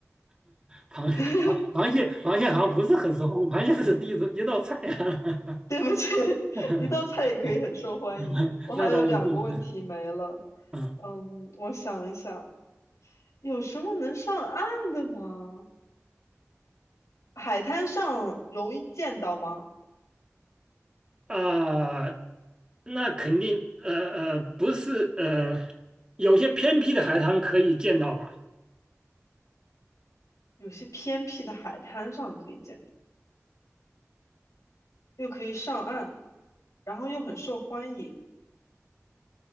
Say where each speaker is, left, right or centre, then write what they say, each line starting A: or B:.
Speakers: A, on the right (about 15°); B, on the left (about 85°).
A: 螃螃螃蟹螃蟹好像不是很熟。
B: <laughs>
A: 螃蟹是一种一道菜啊。
B: 对不起，<laughs>
A: <laughs>
B: 一道菜也可以很受欢迎。
A: 嗯那当然是，
B: 我还有两个问题没了，
A: 嗯
B: 嗯，我想一下，有什么能上岸的吗？海滩上容易见到吗？
A: 啊，那肯定，呃呃，不是，呃，有些偏僻的海滩可以见到吧？
B: 有些偏僻的海滩上可以见到，又可以上岸，然后又很受欢迎。